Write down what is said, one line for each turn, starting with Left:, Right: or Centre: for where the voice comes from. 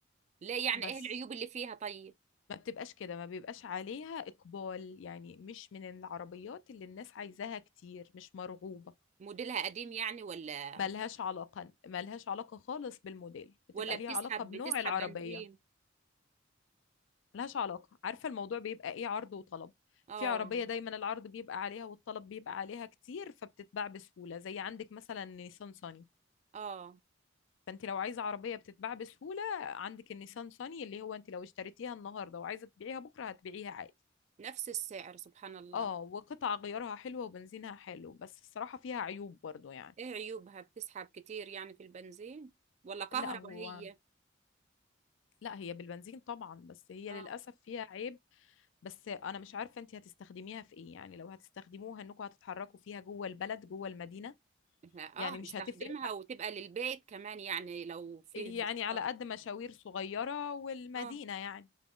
Right: لا يعني
Left: بس
Right: ايه العيوب اللي فيها طيب
Left: ما بتبقاش كده ما بيبقاش عليها اقبال يعني مش من العربيات اللي الناس عايزاها كتير مش مرغوبه
Right: موديلها قديم يعني ولا
Left: ملهاش علاقة ملهاش علاقة خالص بالموديل بتبقى
Right: ولا بتسحب
Left: ليها علاقة بنوع
Right: بتسحب
Left: العربية
Right: بنزين
Left: ملهاش علاقة عارفة الموضوع بيبقى ايه عرض وطلب
Right: اه
Left: في عربية دايما العرض بيبقى عليها والطلب بيبقى عليها كتير فبتتباع بسهولة زي عندك مثلا نيسان صني
Right: اه
Left: فانت لو عايزة عربية بتتباع بسهولة عندك النيسان صني اللي هو انت لو اشتريتيها النهاردة وعايزة تبيعيها بكرة هتبيعيها عادي
Right: نفس السعر سبحان الله
Left: اه وقطع غيارها حلوة وبنزينها حلو بس الصراحة فيها عيوب برضو يعني
Right: ايه عيوبها بتسحب كتير يعني في البنزين ولا كهرباء
Left: لا هو
Right: هي
Left: لا هي بالبنزين طبعا بس هي
Right: اه
Left: للأسف فيها عيب بس انا مش عارفه انت هتستخدميها في ايه يعني لو هتستخدموها انكم هتتحركوا فيها جوه البلد جوه المدينه
Right: احنا اه
Left: يعني مش
Right: هنستخدمها
Left: هتفرق م-
Right: وتبقى للبيت كمان يعني لو فيه
Left: يعني
Right: مشوار
Left: على قد مشاوير صغيره والمدينه
Right: اه
Left: يعني